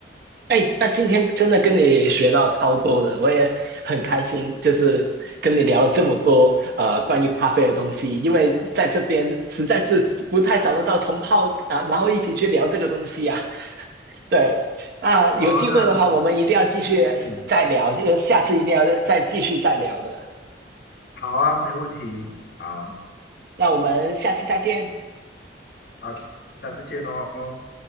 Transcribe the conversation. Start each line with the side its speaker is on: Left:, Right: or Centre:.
Right: 哎，那今天真的跟你学到超多的，我也很开心，就是跟你聊了这么多呃关于咖啡的东西，因为在这边实在是不太找得到同好啊，然后一起去聊这个东西呀、对，那有机会的话，
Left: 哦，那你
Right: 我们一定要继续再聊，
Left: 嗯，
Right: 这个下次一定要再继续再聊的。
Left: 好啊，没问题，好，
Right: 那我们下次再见。
Left: 好，下次见哦。